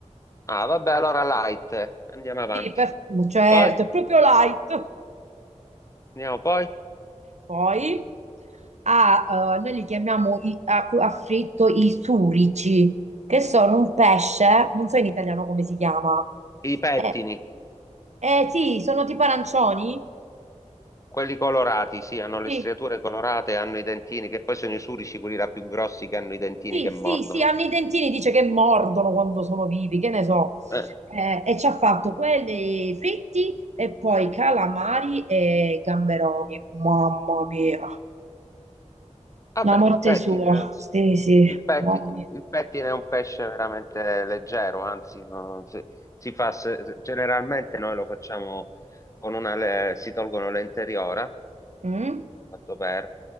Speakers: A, on the left (about 25°); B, on the right (about 65°).
A: Ah, vabbè, allora light. Andiamo avanti.
B: Sì, per- certo,
A: Poi,
B: è proprio light.
A: andiamo poi.
B: Poi ha, eh, noi li chiamiamo i- a, a fritto i surici, che sono un pesce, non so in italiano come si chiama.
A: I pettini,
B: Eh, eh, sì, sono tipo arancioni.
A: quelli colorati, sì, hanno le
B: Sì,
A: striature colorate, hanno i dentini, che poi sono i surici, quelli là più grossi che hanno i dentini
B: sì,
A: che mordono.
B: sì, sì, hanno i dentini, dice che mordono quando sono vivi, che ne so.
A: Eh.
B: Eh, e ci ha fatto quelli fritti e poi calamari e gamberoni. Mamma mia,
A: Vabbè,
B: la morte
A: il pettine,
B: sua.
A: anzi.
B: Sì, sì,
A: Il petti-
B: buoni.
A: il pettine è un pesce veramente leggero, anzi, no- si, si fa, se- generalmente noi lo facciamo con una, le- si tolgono l'interiora,
B: Mm?
A: fatto per,